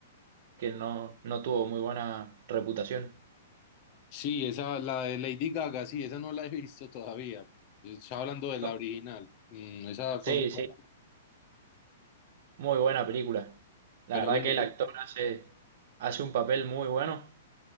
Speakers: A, on the right; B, on the left.
A: que no, no tuvo muy buena reputación.
B: Sí, esa, la de Lady Gaga, sí, esa no la he visto todavía, estaba hablando de la
A: No,
B: original, Mm, esa fue
A: sí,
B: muy
A: sí,
B: buena,
A: muy buena película. La
B: pero
A: verdad
B: bueno.
A: que el actor hace, hace un papel muy bueno